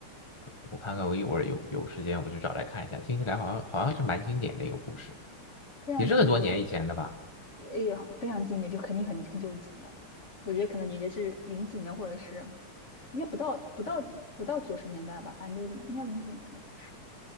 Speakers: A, on the left; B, on the left.
A: 我看看，我一会儿有有时间我去找来看一下。听起来好像好像是蛮经典的一个故事，
B: 非常经典，
A: 也是很多年以前的吧？
B: 哎呀，非常经典，就肯定很很久以前的，我觉得可能也就是零几年或者是应该不到不到不到九十年代吧，反正就是应该零几年的。故事。